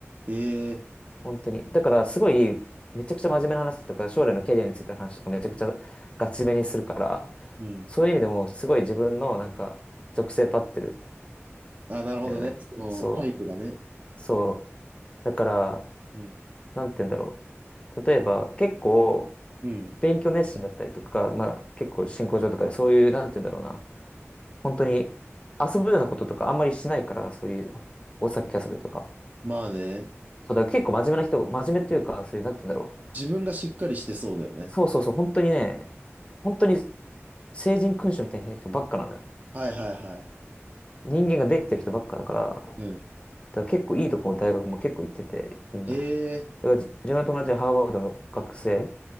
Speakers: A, on the right; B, on the left.
A: ぁ。ええ
B: 本当に。だから、すごい、めちゃくちゃ真面目な話とか、将来のキャリアについての話とか、めちゃくちゃガチめにするから、
A: うん。
B: そういう意味でも、すごい自分の、なんか、属性立ってる
A: あ、なるほどね。
B: んだよね。
A: そのタイプがね。
B: そう、そう。だから、
A: うん。
B: なんて言うんだろう。例えば、結構、
A: うん。
B: 勉強熱心だったりとか、まあ、結構、進行上とかで、そういう、なんて言うんだろうな。本当に、遊ぶようなこととか、あんまりしないから、そういう、お酒遊びとか。
A: まあね。
B: そう、だから結構真面目な人、真面目っていうか、そういう、なんて言うんだろう。
A: 自分がしっかりしてそうだよね。
B: そうそうそう、本当にね、本当に、成人君主みたいな人ばっかなのよ。
A: はいはいはい。
B: 人間ができてる人ばっかだから、だか
A: うん。
B: ら結構いいとこも大学も結構行ってて、みんな。
A: へえ、
B: だからじ自分の友達はハーバードの学生、